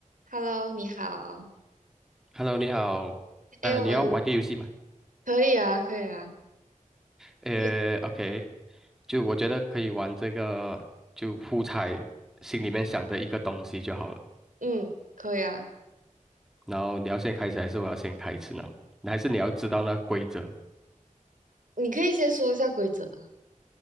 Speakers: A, on the right; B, in the centre.
A: Hello，你好。
B: Hello，你好。
A: 哎，
B: 呃，
A: 我们
B: 你要玩个游戏吗？
A: 可以啊，可以啊，
B: 呃，OK，
A: 这
B: 就我觉得可以玩这个，就互猜心里面想的一个东西就好了。
A: 嗯，可以啊。
B: 然后你要先开始，还是我要先开始呢？还是你要知道那规则？
A: 你可以先说一下规则。